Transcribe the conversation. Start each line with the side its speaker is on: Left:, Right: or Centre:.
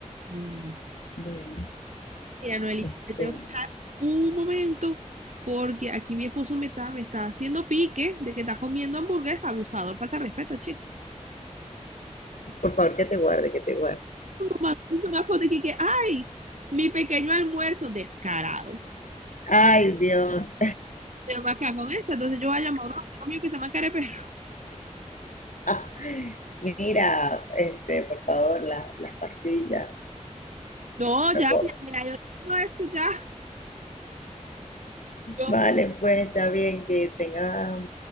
Right: no, no.
Left: bueno.
Right: Mira, Noelita,
Left: Este,
Right: te tengo que dejar un momento porque aquí mi esposo me está, me está haciendo pique de que está comiendo hamburguesa. Abusador, falta de respeto, chico.
Left: por favor, que te guarde, que te guarde.
Right: mamá, una foto y que, que, ay, mi pequeño almuerzo, descarado.
Left: Ay, Dios.
Right: Pero me acá con esa, entonces yo voy a llamar a un amigo mío que se llama Careperro. <laughs>
Left: <laughs> Mira, este, por favor, la- las pastillas,
Right: No, ya,
Left: loco.
Right: ya, ya, yo no, esto ya. Yo-
Left: Vale, pues está bien, que tenga